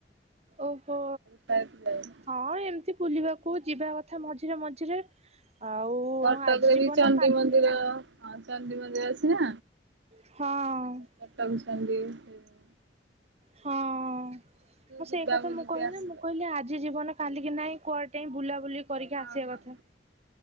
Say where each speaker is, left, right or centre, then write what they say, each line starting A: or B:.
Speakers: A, on the right; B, on the right.
A: ଓହୋ।
B: ପ୍ରାୟତ ଯାଇନି।
A: ହଁ ଏମିତି ବୁଲିବାକୁ ଯିବା କଥା ମଝିରେ ମଝିରେ ଆଉ
B: କଟକରେ
A: ଆଜି ଯିବନ
B: ବି ଚଣ୍ଡୀ
A: କାଲିକି
B: ମନ୍ଦିର
A: ନାହିଁ।
B: ହଁ ଚଣ୍ଡୀ ମନ୍ଦିର ଅଛି ନା।
A: ହଁ।
B: <unintelligible>
A: ହଁ
B: ଯିବା
A: ସେଇ କଥା
B: ବୁଲିକି
A: ମୁଁ କହିଲି
B: ଆସିବା।
A: ମୁଁ କହିଲି ଆଜି ଜୀବନ କାଲିକି ନାଇଁ କୁଆଡେ ଟିକେ ବୁଲାବୁଲି କରିକି
B: ହଁ
A: ଆସିବା
B: ହଁ
A: କଥା